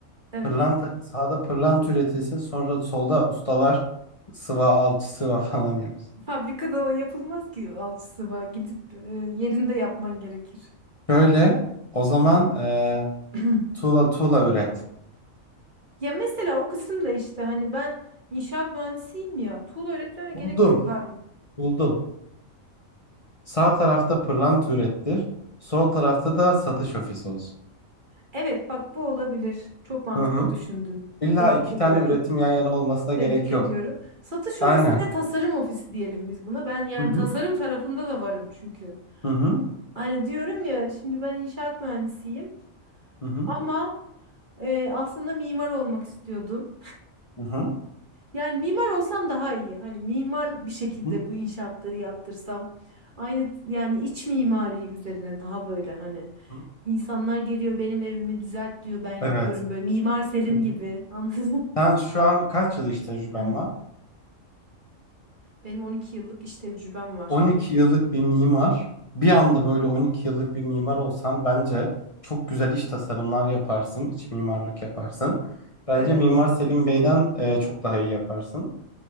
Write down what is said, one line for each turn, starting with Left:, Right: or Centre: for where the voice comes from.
Right: Evet.
Left: Pırlanta sağda pırlanta üretilsin. Sonra solda ustalar sıva alçı sıva falan yapsın.
Right: Fabrikada o yapılmaz ki alçısı var. Gidip eee, yerinde yapman gerekir.
Left: Şöyle o zaman eee
Right: <clears throat>
Left: tuğla tuğla üret.
Right: Ya mesela o kısımda işte hani ben inşaat mühendisiyim ya. Tuğla öğretmeme gerek
Left: Buldum.
Right: yok. Hayır.
Left: Buldum. Sağ tarafta pırlanta ürettir. Sol tarafta da satış ofisi olsun.
Right: Evet bak bu olabilir. Çok mantıklı
Left: Hı hı.
Right: düşündün.
Left: İlla
Right: Tebrik
Left: iki
Right: ediyorum.
Left: tane üretim yan yana olmasına gerek
Right: Tebrik ediyorum.
Left: yok.
Right: Satış
Left: Aynen.
Right: ofisi ve tasarım ofisi diyelim biz buna. Ben yani
Left: Hı hı
Right: tasarım tarafında da varım çünkü.
Left: hı hı
Right: Hani diyorum ya şimdi ben inşaat mühendisiyim
Left: hı hı
Right: ama e, aslında mimar olmak istiyordum.
Left: hı hı
Right: Yani mimar olsam daha iyi. Hani mimar bir şekilde
Left: hı
Right: bu inşaatları yaptırsam. Aynı yani iç mimari üzerine daha böyle hani
Left: hı.
Right: insanlar geliyor benim evimi düzelt diyor ben
Left: Evet.
Right: gidiyorum böyle Mimar Selim
Left: hı hı.
Right: gibi <laughs> anladın
Left: Sen şu an kaç yıl iş tecrüben
Right: <clears throat>
Left: var?
Right: Benim 12 yıllık iş tecrübem var.
Left: On iki yıllık bir mimar. Bir anda böyle 12 yıllık bir mimar olsan bence çok güzel iş tasarımlar yaparsın, iç mimarlık yaparsın. Bence
Right: Evet,
Left: Mimar Selim Bey'den e, çok daha iyi yaparsın.